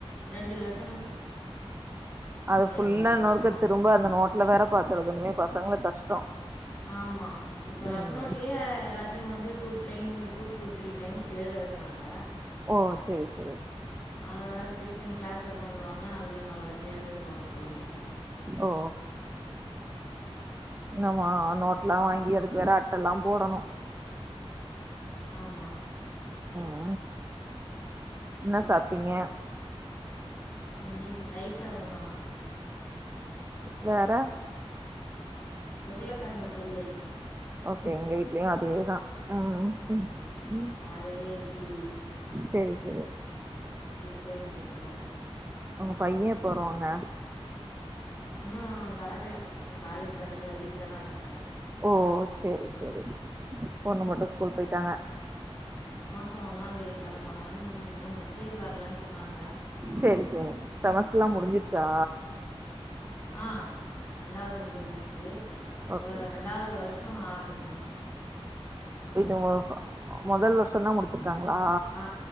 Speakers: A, on the left (about 15°); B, on the right (about 20°).
A: ரெண்டு லஸ
B: அது ஃபுல்லா
A: எல்லா போர்ஷன்ஸ்லயு
B: இன்னொருக்க திரும்ப அந்த நோட்ல வேற பார்த்து எழுதனுமே பசங்களுக் கஷ்டோ
A: ஆமா இப்ப
B: ம்
A: ரஃப் நோட்லயே எல்லாத்தியு வந்து two trying two two three times. எழுத வைக்கிறாங்க.
B: ஓ செரி செரி.
A: அத வேற திரிப்பியு க்ளாஸ் ஒர்க் வந்தோன அதுல இன்னொர் வாட்டி எழுத சொல்வாங்க போல் இருக்
B: ஓ நம் மா நோட்லா வாங்கி அதுக்கு வேற அட்டலா போடணு
A: ஆமா
B: ஆ என்ன சாப்டீங்க.
A: இன்னைக்கி தயிர் சாதந்தா.
B: வேற
A: உருளக்கெழங்கு பொறியல்
B: ஓக்கே எங்க வீட்லையு அதேதா உ
A: ம்.
B: உம் உ
A: காலையில இட்லி.
B: செரி செரி
A: போயிட்டு இருக்காங்க
B: உங்க பைய எப்போ வருவாங்க
A: இன்னு தொரக்கல இன்னு காலேஜ் தொரக்கல வீட்ல தா‌‌ இருக்காங்க
B: ஓ சேரி சேரி பொண்ணு மட்டு ஸ்கூல் போய்ட்டாங்க
A: ஒன்னாந்தேதி தெரப்பாங்கன்னு இன்னு மெசேஜ் வர்லன்னு சொன்னாங்க.
B: சேரி சேரி செமஸ்ட்ரெல்லா முடுஞ்சிருச்சா
A: ஆ ரெண்டாவது முடுஞ்சிருச்சு
B: ஓகே
A: உ
B: ஓகே
A: ரெண்டாவது வருஷோ ஆரம்பிக்கணு
B: ஓஹோ மொதல் வருஷந்தா முடுச்சுருக்காங்ளா
A: ஆ